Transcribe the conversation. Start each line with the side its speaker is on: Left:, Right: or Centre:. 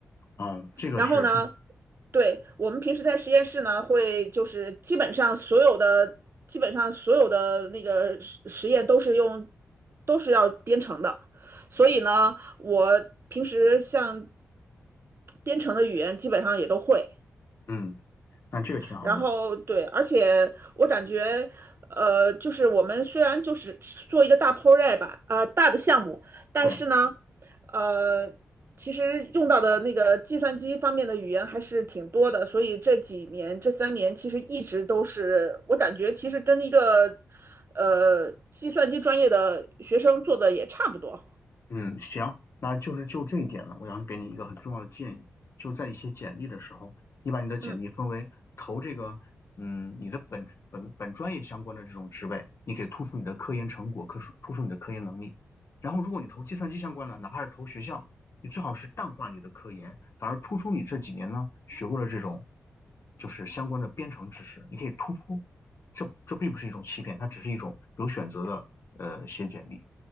Left: 嗯，这个是现，
Right: 然后呢，对，我们平时在实验室呢，会就是基本上所有的基本上所有的那个实实验都是用都是要编程的，所以呢，
Left: 嗯，
Right: 我平时像编程的语言基本上也都会，
Left: 嗯，那这个挺好的。
Right: 然后对，而且我感觉，呃，就是我们虽然就是做一个大 project 吧，呃，大的项目，但是呢，
Left: 对。
Right: 呃，其实用到的那个计算机方面的语言还是挺多的，所以这几年这三年其实一直都是我感觉其实跟一个呃计算机专业的学生做的也差不多，
Left: 嗯，行，那就是就这一点呢，我想给你一个很重要的建议，就在你写简历的时候，你把你的简历分为投这个，
Right: 嗯。
Left: 嗯，你的本本本专业相关的这种职位，你可以突出你的科研成果，突出突出你的科研能力。然后，如果你投计算机相关的，哪怕是投学校，你最好是淡化你的科研，反而突出你这几年呢学过的这种，就是相关的编程知识，你可以突出。这这并不是一种欺骗，它只是一种有选择的呃写简历，